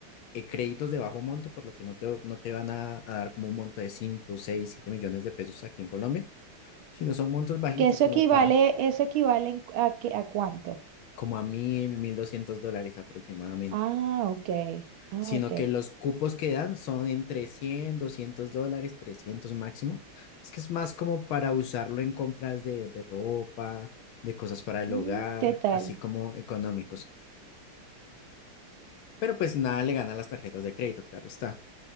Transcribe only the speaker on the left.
eh, créditos de bajo monto, por lo que no te, no te van a, a dar como un monto de 5, 6, 7 millones de pesos aquí en Colombia, sino son montos bajitos
como
para,
como a mil, mil doscientos dólares aproximadamente.
sino
que los cupos que dan son entre cien doscientos dólares, 300 máximo. Es que es más como para usarlo en compras de, de ropa, de cosas para el
hogar,
así como económicos. Pero pues nada le gana a las tarjetas de crédito, claro está.